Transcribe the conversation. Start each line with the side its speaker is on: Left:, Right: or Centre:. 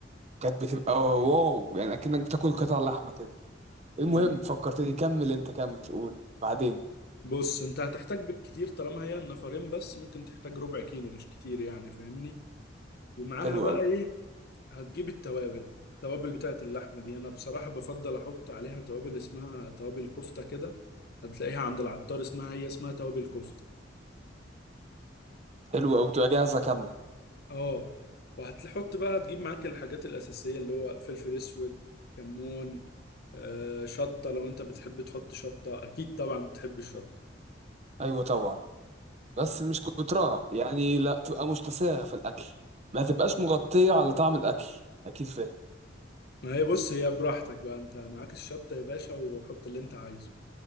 Right: كانت بتبقى واو يعني اكنك بتاكل قطع لحمه كده المهم
Left: مم.
Right: فكرتني كمل انت كمل قول بعدين
Left: بص أنت هتحتاج بالكتير طالما هي النفرين بس ممكن تحتاج ربع كيلو مش كتير يعني فاهمني ومعاها
Right: حلو
Left: بقى
Right: قوي
Left: إيه هتجيب التوابل التوابل بتاعت اللحمة دي أنا بصراحة بفضل أحط عليها توابل اسمها توابل كفتة كده هتلاقيها عند العطار اسمها هي اسمها توابل كفتة
Right: حلو قوي تبقى جاهزه كامله
Left: اه وهتحط بقى هتجيب معاك الحاجات الأساسية اللي هو فلفل أسود كمون آه، شطة لو أنت بتحب تحط شطة أكيد طبعا بتحب الشطة
Right: ايوه طبعا بس مش كترها يعني لا تبقى مشتساغة في الأكل ما تبقاش مغطية على طعم الأكل أكيد فاهم
Left: ما هي بص هي براحتك بقى أنت معاك الشطة يا باشا وحط اللي أنت عايزه